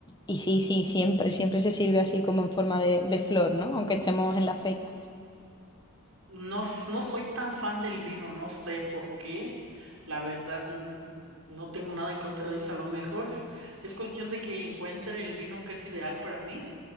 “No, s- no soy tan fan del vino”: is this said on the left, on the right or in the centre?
Right